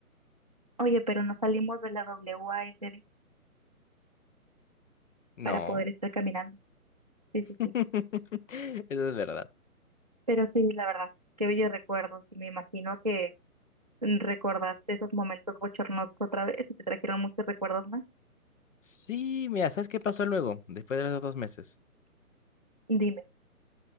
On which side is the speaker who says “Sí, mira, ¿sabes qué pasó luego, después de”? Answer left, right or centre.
Left